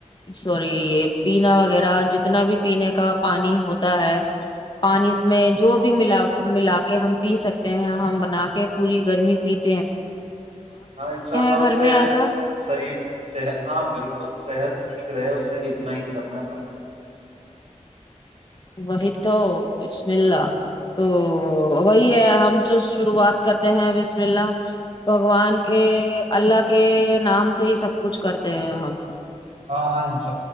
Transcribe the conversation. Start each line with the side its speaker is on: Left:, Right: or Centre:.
Left: سوری یہ پینا وغیرہ جتنا بھی پینے کا پانی ہوتا ہے پانی اس میں جو بھی ملا ملا کے ہم پی سکتے ہیں ہم بنا کے کہ پوری گرمی پیتی
Right: ہاں ان شاء اللہ
Left: گھر
Right: اس سے
Left: میں ایسا
Right: شریفحت ہاں بالکل صحت ٹھیک رہے اس سے اتنا ہی کرنا تھا
Left: وہی تو بسم اللہ تو وہی ہے ہم تو شروعات کرتے ہیں بسم اللہ بھگوان کے اللہ کے نام سے ہی سب کچھ کرتے ہیں ہم
Right: ہاں چ